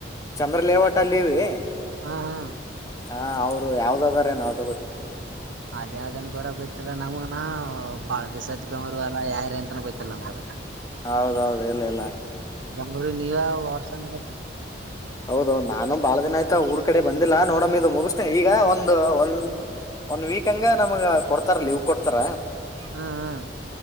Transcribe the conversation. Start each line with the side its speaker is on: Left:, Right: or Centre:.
Left: ಚಂದ್ರ ಲೇವಟ ಅಲ್ಲಿವಿ
Right: ಹಾ ಹಾ
Left: ಹ ಅವರು ಯಾವ್ದಾದ ಟುಡುಮ್ <unintelligible>
Right: ಅದೇ ಅದನ್ ಕೂಡ ಗೊತ್ತಿಲ್ಲ ನಮಗನ ಬಾಳ ದಸದ ಬರು ಎಲ್ಲ ಯಾರ ಅಂತನ ಗೊತ್ತಿಲ್ಲ ನಮ್ಗದ
Left: ಹೌದೌದು ಇಲ್ಲ ಎಲ್ಲ
Right: ಬಂಗರಿ ನೀರಾ ವರ್ಸನ್ಕ
Left: ಹೌದೌ ನಾನು ಬಾಳ ದಿನ ಆಯ್ತ ಊರ್ ಕಡೆ ಬಂದಿಲ್ಲ ನೋಡಮ್ಮ ಇದು ಮುಗಿಸತೇನೆಿ ಈಗ ಒಂದು್ ಒಂದ್ ಒಂದ ವೀಕ್ ಹಂಗ ನಮ್ಗ ಕೊಡ್ತಾರ ಲೀವ್ ಕೊಡ್ತಾರ
Right: ಹ್ಮ್